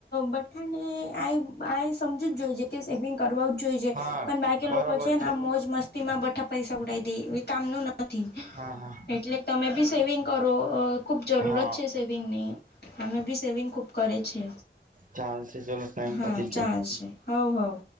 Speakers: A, on the left; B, on the right.
A: બઠ્ઠાને આઈ આઈ સમજુ જ જોઈ છે કે સેવિંગ કરવા જ જોઈ છે
B: હા
A: પણ બાકી
B: બરોબર
A: લોકો છે ને મોજ મસ્તી માં બઠા પૈસા ઉડી દે એવી કામનું નથી
B: હ
A: એટલે તમે બી સેવિંગ કરો ખૂબ જરૂરત
B: હા
A: છે સેવિંગની અમે બી સેવિંગ ખૂબ કરએ છે
B: ચાલ છે ચલો ટાઈમ
A: હા
B: પતી ગયો
A: ચાલશે હવ હવ